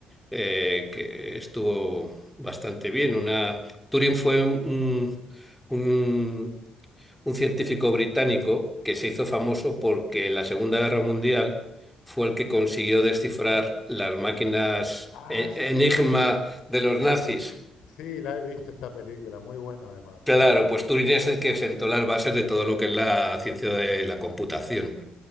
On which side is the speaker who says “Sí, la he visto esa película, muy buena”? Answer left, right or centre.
Left